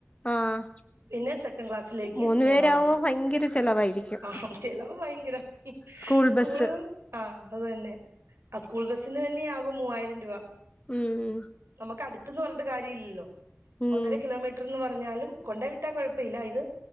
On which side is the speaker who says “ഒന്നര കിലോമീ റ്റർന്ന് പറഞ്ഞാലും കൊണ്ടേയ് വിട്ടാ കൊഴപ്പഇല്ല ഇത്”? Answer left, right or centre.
Right